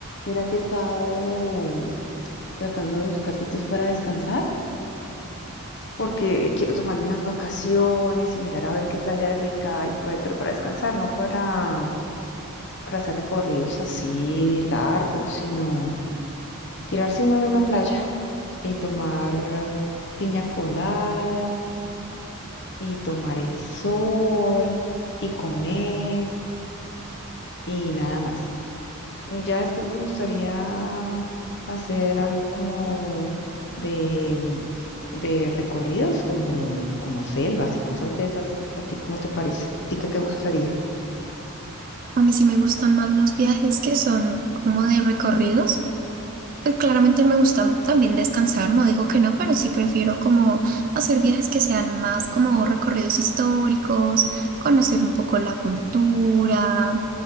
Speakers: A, on the left; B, on the right.
A: Mira que he estado tratando de buscar sitios para descansar porque quiero tomarme unas vacaciones y mirar a ver qué playa rica hay por ahí, pero para descansar, no para, para hacer recorridos así largos, sino tirarse uno en una playa y tomar piña colada y tomar el sol y comer y nada más. Y Ya después me gustaría hacer algo como de, de recorridos, como, como selvas y cosas de esas. ¿A ti cómo te parece? ¿A ti qué te gustaría?
B: A mí sí me gustan más los viajes que son como de recorridos. Pues claramente me gusta también descansar, no digo que no, pero sí prefiero como hacer viajes que sean más como recorridos históricos, conocer un poco la cultura.